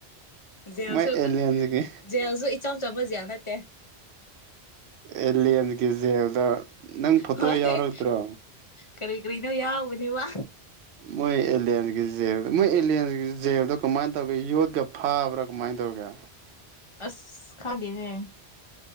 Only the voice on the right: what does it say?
ꯃꯣꯏ ꯑꯦꯂꯤꯟꯁꯒꯤ
ꯑꯦꯂꯤꯟꯁꯀꯤ ꯖꯦꯜꯗ ꯅꯪ ꯐꯣꯇꯣ
ꯌꯥꯎꯔꯛꯇ꯭ꯔꯣ
ꯃꯣꯏ ꯑꯦꯗꯤ ꯖꯦꯜꯗ ꯃꯣꯏ ꯑꯦꯂꯤꯌꯟꯁꯒꯤ ꯖꯦꯜꯗꯣ ꯀꯃꯥꯏꯅ ꯇꯧꯒꯦ ꯌꯣꯠꯀ ꯐꯥꯕ꯭ꯔꯥ ꯀꯃꯥꯏꯅ ꯇꯧꯒꯦ